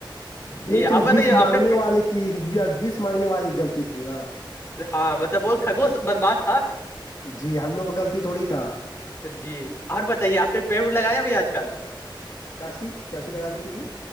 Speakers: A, on the left; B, on the left.
A: جی
B: نہیں تو
A: آپ بتائیے
B: بیس مانگنے
A: آپ نے
B: والے کی بیس مانگنے والے کی غلطی تھی نا
A: ہاں مطلب وہ کھگوش بدماش تھا
B: جی ہم لوگ کا غلطی تھوڑی تھا
A: جی اور بتائیے آپ نے پیڑ وڑ لگایا بھائی آج کل
B: کیاسی کیسیی لگانے کے لیے